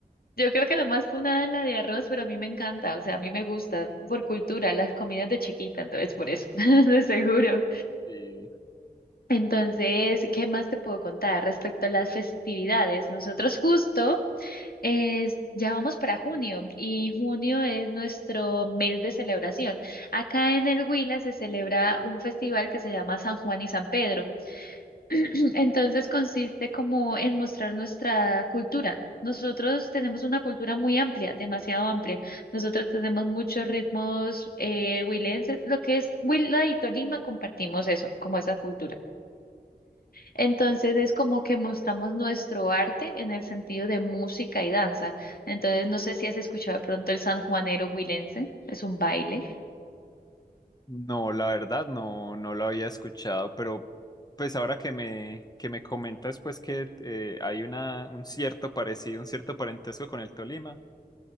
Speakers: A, on the left; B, on the left.
A: Yo creo que la más funada es la de arroz, pero a mí me encanta, o sea, a mí me gusta por cultura, las comidas de chiquita, entonces por eso, <laughs> de seguro.
B: Y
A: Entonces, ¿qué más te puedo contar respecto a las festividades? Nosotros justo eh, ya vamos para junio y junio es nuestro mes de celebración. Acá en el Huila se celebra un festival que se llama San Juan y San Pedro. <clears throat> Entonces consiste como en mostrar nuestra cultura. Nosotros tenemos una cultura muy amplia, demasiado amplia. Nosotros tenemos muchos ritmos eh, huilenses. Lo que es Huila y Tolima compartimos eso, como esa cultura. Entonces es como que mostramos nuestro arte en el sentido de música y danza. Entonces no sé si has escuchado de pronto el sanjuanero huilense, es un baile.
B: no, la verdad no, no lo había escuchado, pero pues ahora que me, que me comentas pues que eh, hay una, un cierto parecido, un cierto parentesco con el Tolima,